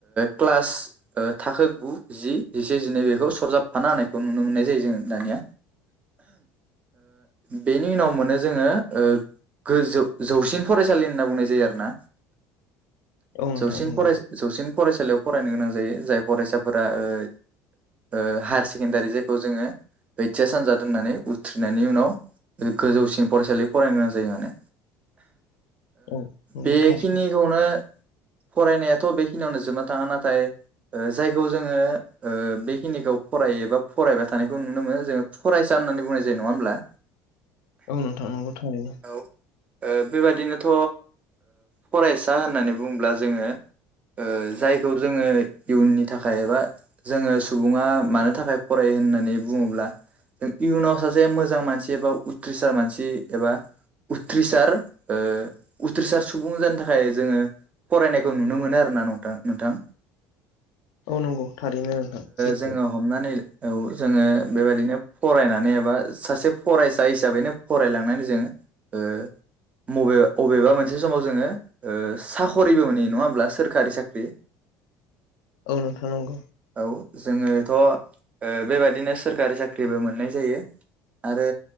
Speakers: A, on the right (about 25°); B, on the left (about 75°).
A: क्ला थाखो गु जि जिसे दिनै बेखौ सरजाबफाना होनायखौ नुनो मोननाय जायो जों दानिया बेनि उनाव मोनो जोङो गोजौ जौसिन फरायसालि होनना बुंनाय जायो आरो ना।
B: औ नोंथां
A: जौसिन
B: नंगौ
A: फराय जौसिन फरायसालियाव फरायनो गोनां जायो जाय फरायसाफोरा औ हायार सेकेण्डारि जायखौ जोङो बैथिया सानजा दोननानै उथ्रिनायनि उनाव गोजौसिन फरायसालि फरायनो गोनां जायो माने
B: औ नंगौ
A: बेखिनिखौनो
B: थारैनो
A: फरायनायाथ' बेखिनियावनो जोबनो थाङा नाथाय जायखौ जोङो बेखिनिखौ फरायो बा फरायबाय थानायखौ नुनो मोनो जोङो फरायसा होननानै बुंनाय जायो नङा होमब्ला
B: औ नोंथां नंगौ थारैनो।
A: औ बेबादिनोथ' फरायसा होननानै बुङोब्ला जोङो ओ जायखौ जोङो इयुननि थाखाय एबा जोङो सुबुङा मानि थाखाय फरायो होननानै बुङोब्ला जों इयुनाव सासे मोजां मानसि एबा उथ्रिसार मानसि एबा उथ्रिसार ओ उथ्रिसार सुबुं जानो थाखाय जोङो फरायनायखौ नुनो मोनो आरो ना नोंथां नोंथां
B: औ नंगौ थारैनो नोंथां सैथो
A: जोङो हमनानै औ जोङो बेबायदिनो फरायनानै एबा सासे फरायसा हिसाबैनो फरायलांनानै जों ओ मबे बबेबा मोनसे समाव जोङो साख'रिबो मोनहैयो नङा होमब्ला सोरखारि साख्रि
B: औ नोंथां नंगौ
A: औ जोङोथ'ओ बेबादिनो सोरखारि साख्रिबो मोननाय जायो आरो